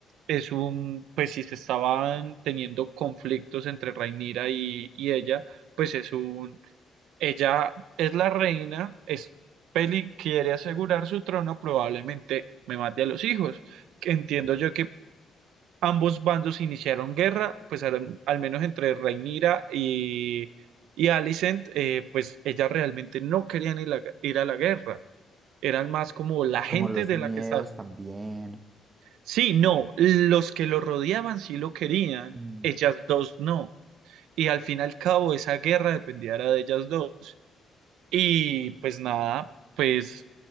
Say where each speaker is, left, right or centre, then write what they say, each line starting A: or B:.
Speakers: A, on the right; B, on the right.
A: es un, pues si se estaban teniendo conflictos entre Rhaenyra y, y ella, pues es un, ella es la reina, es Peli quiere asegurar su trono, probablemente me mate a los hijos. Que Entiendo yo que ambos bandos iniciaron guerra, pues al, al menos entre Rhaenyra y, y Alicent, eh, pues ella realmente no querían ir a la- ir a la guerra eran más como la gente
B: Como los
A: de
B: miedos
A: la que estar.
B: también,
A: Sí, no, los que lo rodeaban sí lo querían,
B: mm,
A: ellas dos no. Y al fin y al cabo esa guerra dependía era de ellas dos. Y pues nada, pues